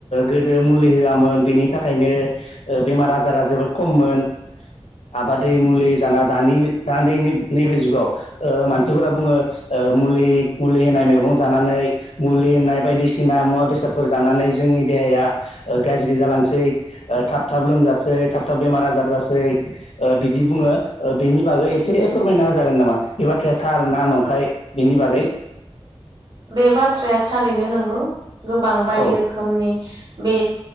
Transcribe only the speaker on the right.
<inaudible>
बे बाथ्राया थारैनो नंगौ गोबां बायदि
रोखोमनि बे